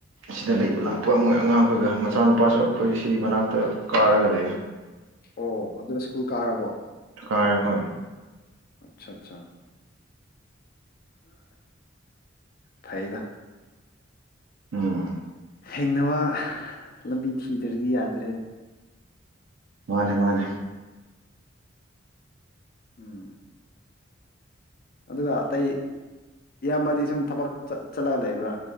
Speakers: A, on the right; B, on the left.
A: ꯁꯤꯗ ꯂꯩꯕ ꯂꯥꯛꯄ ꯃꯣꯏ ꯑꯉꯥꯡ ꯈꯣꯏꯒ ꯃꯆꯥꯅꯨꯄꯥꯁꯨ ꯑꯩꯈꯣꯏ ꯁꯤ ꯃꯅꯥꯛꯇ ꯀꯥꯔꯒ ꯂꯩꯌꯦ
B: ꯑꯣ ꯑꯗꯨꯗ ꯁ꯭ꯀꯨꯜ ꯀꯥꯔꯕꯣ
A: ꯀꯥꯌꯦ ꯍꯣꯏ
B: ꯑꯆꯥ ꯑꯆꯥ ꯐꯩꯗ
A: ꯎꯝ
B: ꯍꯤꯡꯅꯕ ꯂꯝꯕꯤ ꯊꯤꯗ꯭ꯔꯗꯤ ꯌꯥꯗ꯭ꯔꯦꯅꯦ
A: ꯃꯥꯅꯦ ꯃꯥꯅꯦ
B: ꯎꯝ ꯑꯗꯨꯒ ꯑꯇꯩ ꯏꯌꯥꯝꯕꯗꯤ ꯁꯨꯝ ꯊꯕꯛ ꯆꯠꯂꯒ ꯂꯩꯕ꯭ꯔꯥ